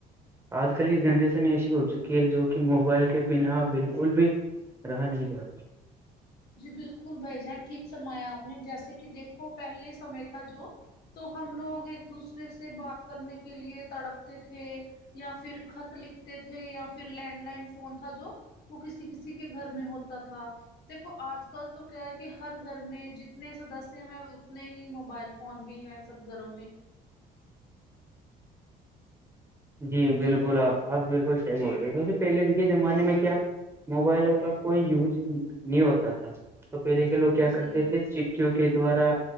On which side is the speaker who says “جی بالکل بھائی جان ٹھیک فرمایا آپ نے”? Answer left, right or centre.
Left